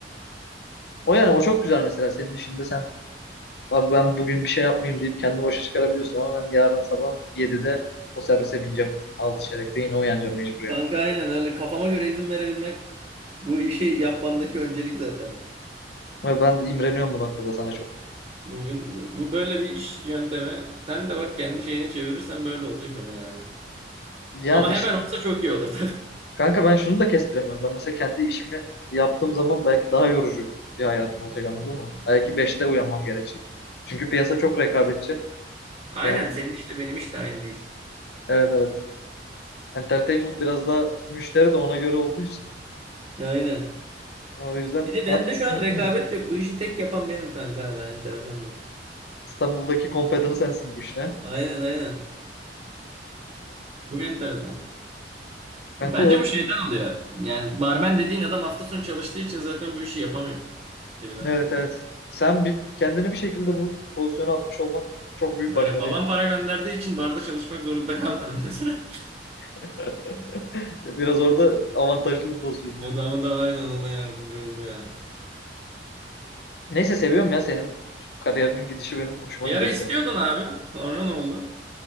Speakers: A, on the left; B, on the right.
A: O yani o çok güzel mesela senin işinde sen abi ben bugün bir şey yapmayayım deyip kendi başa çıkarabiliyorsun ama ben yarın sabah 7'de o servise bineceğim. 6 çeyrekte yine uyanacağım mecbur yani.
B: Kanka aynen öyle kafama göre izin verebilmek bu işi yapmamdaki öncelik zaten.
A: Ve ben imreniyorum bu noktada sana çok.
B: Bugün bu böyle bir iş yöntemi. Sen de bak kendi şeyine çevirirsen böyle olacak ama yani.
A: Yani
B: Ama
A: işte
B: hemen olsa çok iyi olur tabii.
A: kanka ben şunu da kestiremiyorum. Ben mesela kendi işimi yaptığım zaman belki daha yorucu bir hayatım olacak anladın mı? Belki beşte uyanmam gerekecek. Çünkü piyasa çok rekabetçi.
B: <laughs> Aynen
A: Yani
B: senin işle benim iş de aynı değil.
A: evet evet. Entertainment biraz daha müşteri de ona göre olduğu için.
B: Aynen.
A: O yüzden
B: Bir de bende şu
A: <clears throat>
B: an rekabet yok. Bu işi tek yapan benim kanka hala enteresandır.
A: İstanbul'daki kompedanı sensin bu işine.
B: Aynen aynen. Bu enteresan.
A: Kanka
B: Bence
A: o
B: bu şeyden oluyor. Yani barmen dediğin adam hafta sonu çalıştığı için zaten bu işi yapamıyor. Freelance
A: evet
B: olarak.
A: evet. Sen bir, kendini bir şekilde bu pozisyona atmış olman çok büyük
B: Aynen.
A: başarı
B: Babam
A: yani.
B: para gönderdiği için barda çalışmak zorunda kalmadım mesela. <laughs>
A: <laughs> Biraz orada avantajlı bir pozisyon.
B: O da ama da aynen o da yardımcı oldu ya.
A: Neyse seviyorum ya senin kariyerinin gidişi benim hoşuma
B: Bir
A: gidiyor
B: ara istiyordun
A: şu an.
B: abi. Sonra ne oldu?